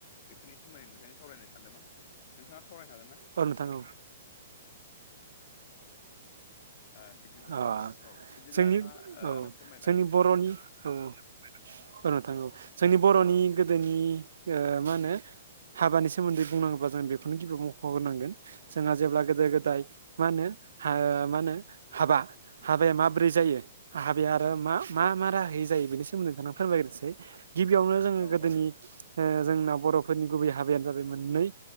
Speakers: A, on the left; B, on the right.
A: बेफोरनि सोमोन्दै नोंथांजों सावरायनो सानदोंमोन नोंथाङा सावरायनो हागोन ना?
B: औ नोंथां औ
A: ओ बिदिब्ला
B: अ
A: औ बिदिब्ला
B: जोंनि
A: नोंथाङा ओ
B: औ
A: आंनो फोरमायलांदो
B: जोंनि बर'नि औ ओ नोंथां औ जोंनि बर'नि गोदोनि ओ मा होनो हाबानि सोमोन्दै बुंनांगोबा जों बेखौनो गिबियाव मख'ग्रोनांगोन। जोंहा जेब्ला गोदो गोदाय मा होनो हा-मा होनो? हाबा हाबाया माबोरै जायो? आ हाबाया आरो मा मा मा राहायै जायो बेनि सोमोन्दै नोंथांनो फोरमायग्रोसै। गिबियावनो जोङो
A: औ
B: गोदोनि
A: औ
B: ओ-जोंना बर'फोरनि गुबै हाबायानो जाबाय मोननै।